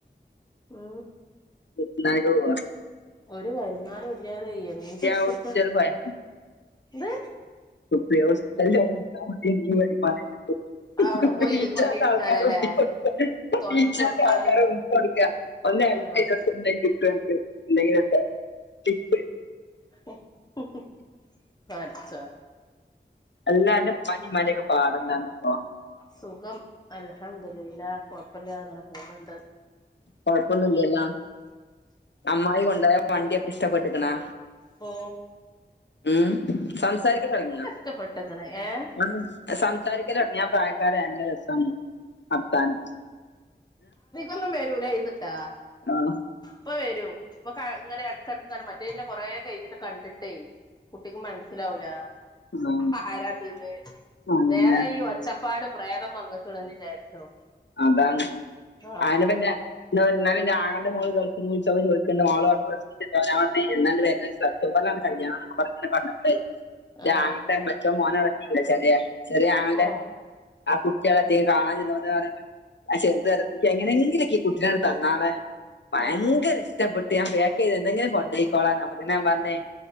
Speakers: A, on the left; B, on the left.
A: ഉ
B: ഉണ്ടാക്കി കൊടുക്കണം
A: ഒരു വരുമാനം ഇല്ലാതെ എന്ത്ട്ത്താഎന്ത്
B: ഹോസ്പിറ്റലിൽ പോയാൽ
A: -
B: വ്യവസ്ഥയിലാണ്ട് നിന്നാ മതി നല്ല വരുമാനം കിട്ടും.
A: അവിടെ പോയി
B: ഈജാതി
A: പണിയെടുത്താലല്ലേ
B: ആൾക്കാർ ഉന്തി കൊടുക്ക
A: തൊടച്ചൊടുത്താലും
B: ഈ ജാതി ആൾക്കാര ഉന്തിക്കൊടുക്ക - ഒന്ന് ഹെൽപ്പ്
A: ആഹ്
B: ചെയ്ത് കൊടുത്ത് എന്തെങ്കിലും കിട്ട് അനക്ക് എന്തങ്കിലുംഒക്കെടിപ്പ്
A: ഓ ഹൊ ഹൊപടചോനെ
B: അല്ലാ അന്റെ ഇപ്പാന്റെ പാട്ന്താണ്ഇപ്പോ
A: സുഖം അൽഹംദുലില്ല കൊഴപ്പില്ലാതെ അങ്ങനെ പോണണ്ട്
B: കൊഴപ്പൊന്നുംല്ലല്ലോ അമ്മായി കൊണ്ടായ വണ്ടിയൊക്കെ ഇഷ്ടപ്പെട്ടകണോ
A: ഓ
B: ഉം സംസാരിക്കൻ തൊടങ്ങിയാ
A: ഇഷ്ടപ്പെട്ട്ക്ക്ണ് ഏഹ്
B: ആഹ് സംസാരിക്കൻ തുടങ്ങിയാ പ്രായക്കാര നല്ല രസാണ് വർത്തനം
A: ഒന്നും വരൂലൈനി ട്ടോ
B: ആഹ്
A: ഇപ്പൊ വരു ഇപ്പൊ ഇങ്ങനെ എടക്കിടക്ക് തന്നെ മറ്റ ഇന്നെ കൊറേ കഴിഞ്ഞിട്ട് കണ്ടിട്ടേ കുട്ടിക്ക് മനസ്സിലാവൂല
B: ആ,
A: ആരാത്ന്
B: ആ, പിന്നെ
A: വെറെ ഈ ഒച്ചപ്പ -- പാട് പ്രേതം വന്ന്ക്ണ് വിചാരിച്ചും
B: അതാണ്
A: ആഹ്
B: അയനെ പിന്നെ എന്ന ഇന്നാലുംന്റെ ആങ്ങളുടെ മോൾ ഗൾഫിന്ന്ച്ചപോ ചോദിക്കണ്ട് മോൾ അവിടെ ഞാറഞ്ഞു ഇന്നല്ലേ വരുന്നീസം. നക്കല്ലേ കല്യാണനൊക്കെ പറഞ്ഞെ. ഇ
A: ആഹ്
B: ആങ്ങളുടെ മച്ച മോന വളത്തിക്കല ചെറിയ ചെ ആങ്ങളുടെ
A: ഓഹ്
B: ആഹ് കു കുട്ടിയെവിടെ എത്തി കാണാൻ ചെന്നപ്പതിന്നോണ്. ആഹ് ചെറുത് പറ എനിക്ക് എങ്ങനെങ്കിലുംക്കെ കുട്ടിനെ തന്നാളാ ഭയങ്കര
A: ഓ
B: ഇഷ്ടപ്പെട്ടു. ഞാൻ പക്ക് ചെയ്ത് എന്തെങ്കിലും കൊണ്ട പോയിക്കോളാന്ന അപ്പോതെന് ഞാൻ പറഞ്ഞേ..